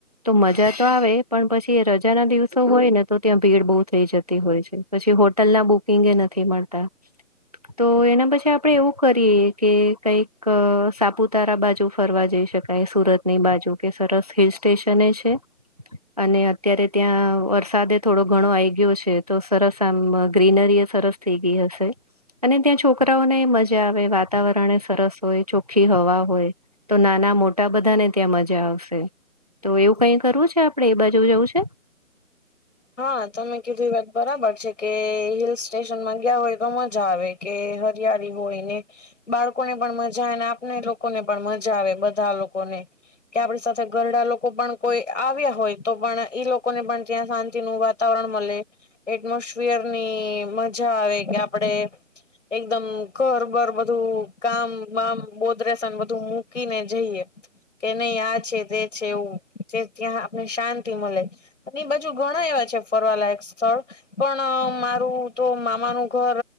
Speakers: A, on the right; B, on the left.
A: તો મજા તો આવે પણ પછી એ રજા ના દિવસો હોય ને તો ત્યાં ભીડ બહુ થઈ જતી હોય છે પછી હોટલ ના બુકિંગ એ નથી મળતા તો એના પછી આપણેે એવું કરીએ કે કઈક સાપુતારા બાજુ ફરવા જઈ શકે સુરત ની બાજુ કે સરસ હિલ સ્ટેશન છે અને અત્યારે ત્યાં વરસાદ થોડો ઘણો આઈ ગયો છે તો સરસ આમ ગ્રીનરી એ સરસ થઈ ગઈ હશે અને ત્યાં છોકરાઓને મજા આવે વાતાવરણ એ સરસ હોય ચોખ્ખી હવા હોય તો નાના મોટા બધાને ત્યાં મજા આવશે તો એવું કઈ કરવું છે આપડણે એ બાજુ જવું છે
B: હા તમે કીધું એ વાત બરાબર છે કે હિલ સ્ટેશન માં ગયા હોય તો મજા આવે કે હરિયાળી હોળલીને બાળકોને પણ મજા આવે ને આપને લોકોને પણ મજા આવે બધા લોકોને કે આપડી સાથે ગરડા લોકો પણ કોઈ આવ્યા હોય તો પણ ઈ લોકોને પણ ત્યાં શાંતિ નું વાતાવરણ મળે એટમોસ્ફિયર ની મજા આવે કે આપડે એકદમ ઘર બર બધું કામ બામ બોદરસન બધું મૂકી ને જઈએ કે નહી આ છે તે છે એવું તે ત્યાં આપને શાંતિ મળે એની બાજુ ઘણા એવા છે ફરવાલાયક સ્થળ પણ મારું તો મામાનું ઘર